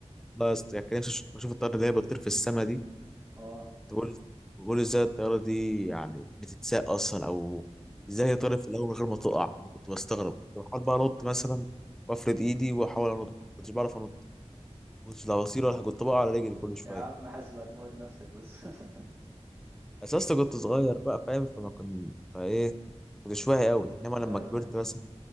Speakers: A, in the centre; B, on the right.
A: والله يا اسطى يعني كان نفسي اشوف الطياره اللي هي بتطير في السما دي
B: <laughs> اه
A: بقول بقول ازاي الطياره دي يعني بتتساق اصلا او ازاي هي طارت في الاول من غير ما تقع انا كنت بستغرب كنت بحاول بقى انط مثلا وافرد ايدي واحاول انط ما كنتش بعرف انط ما كنتش لا بطير ولا كنت بقع على رجلي كل شويه
B: يا عم حاسب هتموت نفسك بس <laughs>
A: اساسا كنت صغير بقى فاهم فما كنت فايه كنتش واعي قوي انما لما
B: ايوه
A: كبرت
B: أيوة.
A: مثلا